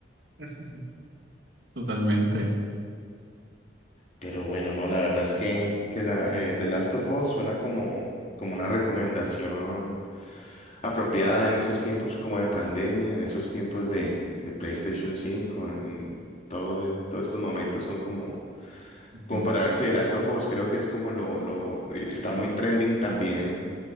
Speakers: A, on the right; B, on the left.
A: <laughs> Totalmente.
B: Pero bueno, no, la verdad es que, que la, eh, The Last of Us suena como, como una recomendación apropiada en esos tiempos como de pandemia, en esos tiempos de, de PlayStation cinco en todo, eh, todos estos momentos son como,
A: Ujú.
B: como para verse The Last of Us, creo que es como lo, lo, eh, está muy trending también,